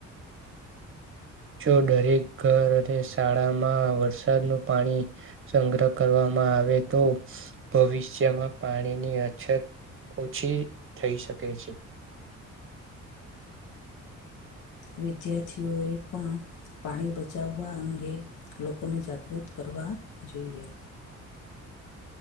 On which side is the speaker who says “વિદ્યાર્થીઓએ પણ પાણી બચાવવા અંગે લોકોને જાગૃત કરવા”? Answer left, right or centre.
Left